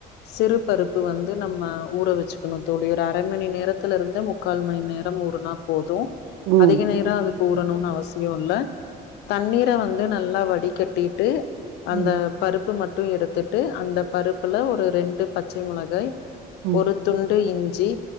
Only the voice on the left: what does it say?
சிறு பருப்பு வந்து நம்ம ஊற வெச்சுக்கணு தோழி ஒரு அர மணி நேரத்துல இருந்து முக்கால் மணி நேரம் ஊறுனா போதோ
அதிக நேரோ அது பூறணுன் அவசியு இல்ல தண்ணீர வந்து நல்லா வடிக்க டீட்டு அந்த
பருப்பு ம டு எடுத்துட்டு அந்த பருப்புல ஒரு ரெண்டு பச்சை முளகாய்
ஒரு துண்டு இஞ் சி